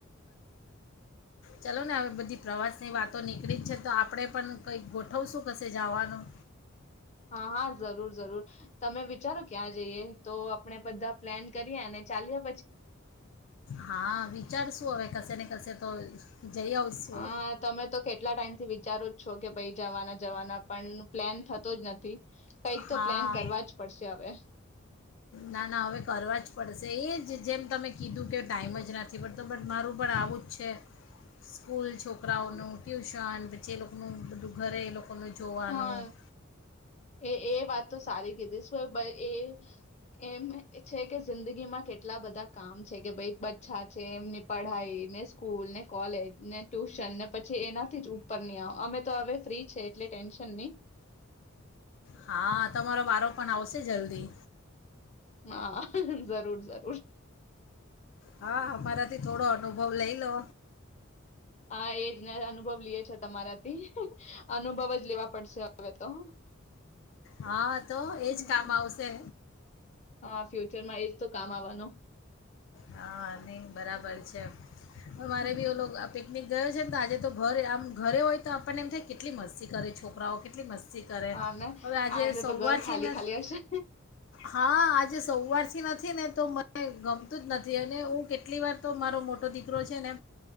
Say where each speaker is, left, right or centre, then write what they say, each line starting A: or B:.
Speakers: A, on the left (about 60°); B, on the left (about 35°).
A: ચાલો ને હવે બધી પ્રવાસની વાતો નીકળી જ છે તો આપણે પણ કંઈક ગોઠવશું કશે જવાનું
B: હા હા જરૂર જરૂર તમે વિચારો ક્યાં જઈએ તો આપણેે બધા પ્લાન કરીએ અને ચલીએ
A: હા વિચારશું હવે કશે ને તસે તો જઈ આવશું
B: હા તમે તો કેટલા ટાઈમ થી વિચારો જ છો કે પછ જવાના જવાના પણ પ્લેન થતો જ નથી કંઈક તો
A: હા
B: પ્લાન કરવા જ પડશે હવે
A: ના ના હવે કરવા જ પડશે એ જ જેમ તમે કીધું કે ટાઈમ જ નથી પડતો બટ મારું પણ આવું જ છે સ્કૂલ છોકરાઓનું
B: હ
A: ટ્યુશન જે એ લોકોનુંું ઘરે એ લોકો <unintelligible> જોવાનું
B: હા
A: <unintelligible>
B: એ એ વાત તો સારી કીધી શું એ એ એમ છે કે જિંદગીમાં કેટલા બધા કામ છે કે ભાઈ બચ્ચાં છે એમની પઢાઈ ને સ્કૂલ, ને કોલેજ, ને ટ્યુશન ને પછી એનાથી જ ઉપર ની આવ અમે તો હવે ફ્રી છે એટલે ટેન્શન નહી.
A: હા, તમારો વારો પણ આવશે જલ્દી.
B: હા, જરૂર જરૂર.
A: હા, અમારાથી થોડો અનુભવ લઈ લો.
B: હા એજને અનુભવ લઈએ છે તમારાથી. અનુભવ જ લેવા પડશે હવે તો
A: હા, તો એજ
B: હમ.
A: કામ આવશે.
B: હા, ફ્યુચરમાં એ તો કામ આવવાનું.
A: હા, નહી બરાબર છે. મારે
B: હમ.
A: ભી <unintelligible> આપે. એ ગયો છે તો આજે તો ઘરે આમ ઘરે હોય તો આપણને એમ થાય કેટલી મસ્તી કરે છોકરાઓ, કેટલી મસ્તી ઘરે
B: હા ને
A: હવે આજે સવારથી
B: તો ઘર ખાલી
A: નથી.
B: ખાલી હશે.
A: હા, આજે સવારથી નથી. ને તો મને ગ હું જ નથી અને હું કેટલી વાર તો મારો મોટો દીકરો છે ને